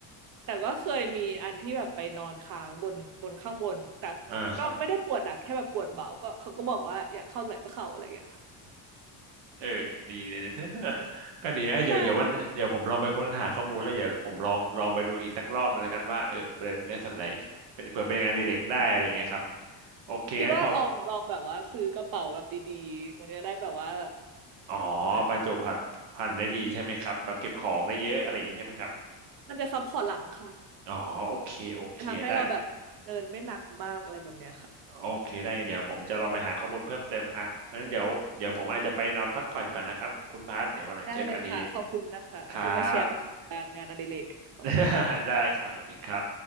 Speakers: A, on the right; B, on the right.
A: แต่ก็เคยมีอันที่แบบไปนอนค้างบนบนข้างบนแต่
B: อ่าครับ
A: ก็ไม่ได้ปวดหนักแค่แบบปวดเบาก็เขาก็บอกว่าอยากเข้าไหนก็เข้าอะไรอย่างเงี้ย
B: เออดีเลย <laughs> ก็ดีเอ้ยเดี๋ยวเดี๋ยววันเดี๋ยวผมลองไปค้นหาข้อมูลแล้วเดี๋ยวผมลองลองไปดูอีกสักรอบนึงแล้วกันว่าเออเป็นในส่วนไหน
A: ใช่
B: เป็นเผื่อเป็นงานอดิเรกได้อะไรอย่างเงี้ยครับโอเคงั้นเขา
A: คิดว่าลองลองแบบว่าซื้อกระเป๋าแบบดีๆมันจะได้แบบว่า
B: อ๋อ
A: เหมือน
B: บรรจุผัดพันธุ์ได้ดีใช่ไหมครับแบบเก็บของได้เยอะอะไรอย่างเงี้ยใช่ไหมครับ
A: มันจะซัพพอร์ตหลังค่ะ
B: อ๋อโอเคโอเคได้
A: จะทำให้เราแบบเดินไม่หนักมากอะไรแบบเนี้ยค่ะ
B: โอเคได้งั้นเดี๋ยวผมจะลองไปหาข้อมูลเพิ่มเติมอ่ะงั้นเดี๋ยวเดี๋ยวผมอาจจะไปนอนพักผ่อนก่อนนะครับคุณพาสเดี๋ยววันไหนเจอกันดี
A: ได้เลยค่ะขอบคุณนะคะที่มาแชร์ประสบการณ์งานอดิเรกขอบคุณค่ะ
B: ครับ <laughs> ได้ครับสวัสดีครับ